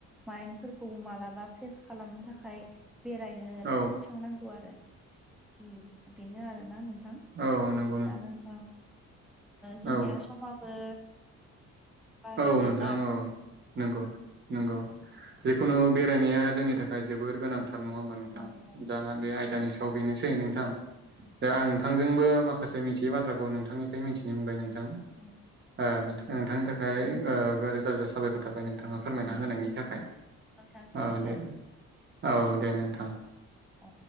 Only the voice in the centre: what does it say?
माइन्दफोरखौबो मालाबा फ्रेश खालामनो थाखाय, बेरायनो
थांनांगौ आरो उम बेनो आरोना नों नोंथां
दा नोंथां ओ जोंनिया
समाबो, बारा
गै
औ औ
औ
औ
औ
नोंथांनिसिबो
औ